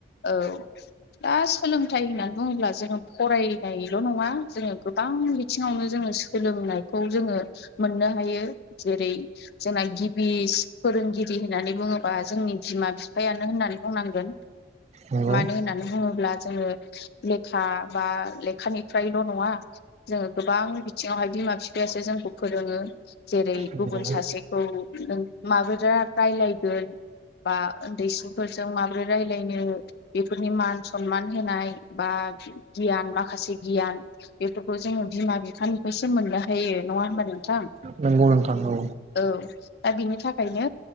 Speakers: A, on the left; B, on the right.
A: औ दा सोलोंथाइ होननानै। बुङोब्ला जोङो फरायनायल' नङा जोङो गोबां बिथिङावनो जोङो सोलोंनायखौ जोङो। मोननो हायो जेरै जोंना गिबि फोरोंगिरि होननानै बुङोबा जों। जोंनि बिमा बिफायानो होननानै बुंनांगोन।
B: नंगौ
A: मानो होननानै बुङोब्ला जोङो लेखा बा लेखानिफ्रायल' नङा। जोङो गोबां बिथिङावहाय बिमा बिफायासो जोंखौ फोरोङो जेरै
B: नंगौ
A: गुबुन सासेखौ। माबोला रायलायगोन बा। उन्दैसिनफोरजों माबोरै रायलायनो बेफोरनि मान सनमान होनाय बा। गियान माखासे गियान बेफोरखौ जोङो बिमा बिफानिफ्रायसो मोननो हायो नङा होनबा नोंथां।
B: नोंगौ नोंथां औ।
A: औ दा बिनि थाखायनो